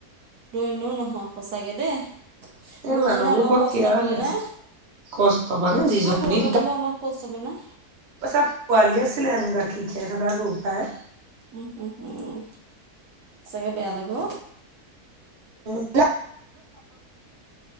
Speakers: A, on the right; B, on the right.
A: দৈ এনেও নহয় সচাকে দেই
B: এই
A: গৰুজনীয়ে
B: মানুহবোৰ
A: অলপ
B: বৰ
A: কষ্ট
B: কেয়াৰলেছ
A: পালে নে
B: কষ্ট মানে যিজনী
A: অ গৰুজনী বাৱ অলপ কষ্ট পালে নে
B: কৈছে পোৱালি আছিলে হেনো গাখীৰ খীয়াই থকা গৰু পাই
A: উম হম হম সচাকে বেয়া লাগে অ
B: অ